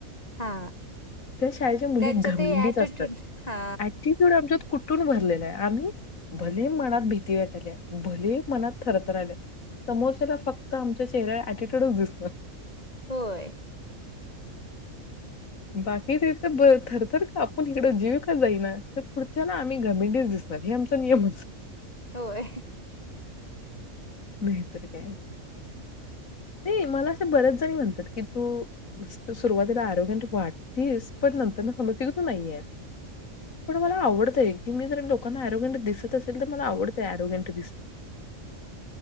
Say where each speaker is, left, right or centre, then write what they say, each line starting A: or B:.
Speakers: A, on the left (about 30°); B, on the left (about 75°).
A: हा
B: शाळे मुलीमी
A: त्यांच्या ते ऍटिट्यूड
B: असतात्यूड
A: हा
B: आमच्या कु कुटून भरलेलं आहे आम्ही भले मनात भीती वाटाली आहे भले मनात थरथ राहिले समोरच्याला फक्त आमच्या शचेहऱ्याला ऍटिट्यूडच दिसत
A: होय
B: बाकी तथ ब थरथर का आपण इकडं जीव का जाईना पुढच्या ना आम्ही घमेंडीच दिसणार हे आमचा नियम असतो
A: होय
B: नाही तरर काय नाही मला असे बरेच जणी म्हणतात की तू सुरुवातीला ऍरोग्यंट वाटतेस पण नंतरन समजल कि तू नाहीयेस पण मला आवडतंय की मी जर लोकांना ऍरोग्यंट दिसत असेल तर मला आवडतय ऍरोग्यंट दिसणं <inaudible>